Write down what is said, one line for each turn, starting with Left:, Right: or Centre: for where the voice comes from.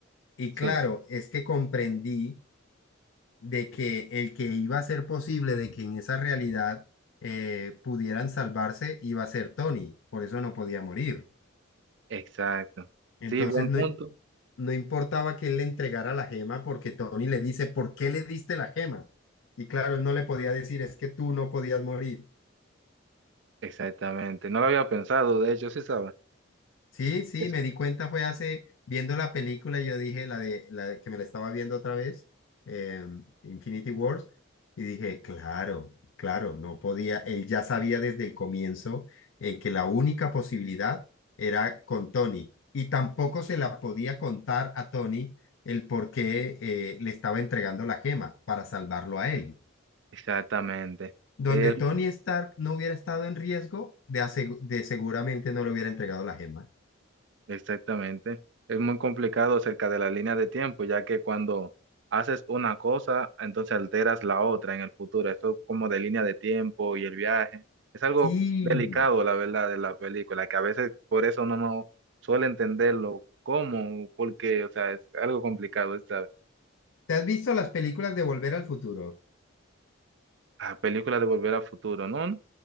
Left: Y
Right: sí,
Left: claro, es que comprendí de que el que iba a ser posible de que en esa realidad eh, pudieran salvarse iba a ser Tony, por eso no podía morir.
Right: exacto.
Left: Entonces
Right: Sí, buen
Left: no,
Right: punto.
Left: no importaba que él le entregara la gema porque Tony le dice, ¿por qué le diste la gema? Y claro, él no le podía decir, es que tú no podías morir.
Right: Exactamente. No lo había pensado, de hecho, sí, ¿sabes?
Left: Sí, sí,
Right: Es-
Left: me di cuenta fue hace, viendo la película, yo dije la de, la de- que me la estaba viendo otra vez, eh, Infinity Wars, y dije, claro, claro, no podía, él ya sabía desde el comienzo eh, que la única posibilidad era con Tony, y tampoco se la podía contar a Tony el por qué eh, le estaba entregando la gema para salvarlo a él.
Right: Exactamente.
Left: Donde
Right: Eh,
Left: Tony Stark no hubiera estado en riesgo, de, asegu- de seguramente no le hubiera entregado la gema.
Right: Exactamente. Es muy complicado acerca de la línea de tiempo, ya que cuando haces una cosa, entonces alteras la otra en el futuro. Eso como de línea de tiempo y el viaje. Es algo
Left: Sí.
Right: delicado, la verdad, de la película, que a veces por eso uno no suele entenderlo cómo, porque, o sea, es algo complicado esta
Left: ¿Te has visto las películas de Volver al Futuro?
Right: ah, película de Volver al Futuro, ¿no? No